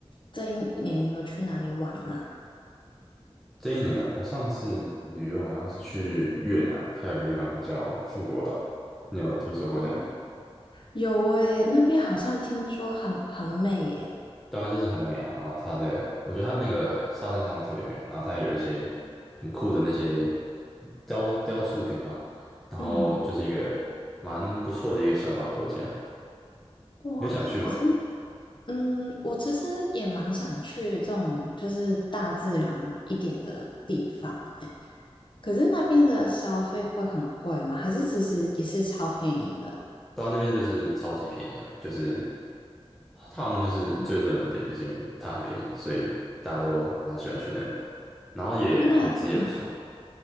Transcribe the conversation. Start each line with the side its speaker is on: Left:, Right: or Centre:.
Left: 这一年你有去哪里玩吗？
Centre: 这一年啊，我上次旅游好像是去越南，它有个地方叫富国岛，你有听说过那里吗？
Left: 哦，有诶，那边好像听说很很美耶。
Centre: 对啊，就是很美啊，然后它的，我觉得它那个沙滩上特别美，然后它还有一些很酷的那些雕雕塑品啊，然后就是一个蛮不错的一个小岛国家，
Left: 嗯，哇，
Centre: 你有想去吗？
Left: 可是嗯，我其实也蛮想去这种就是大自然一点的地方诶，可是那边的消费会很贵吗？还是其实也是超便宜的？
Centre: 到那边就是超级便宜啊，就是它好像就是最热门点，
Left: 嗯，
Centre: 就是因为它很便宜，所以大家都蛮喜欢去那里的。然后也品质也不错，
Left: 那嗯，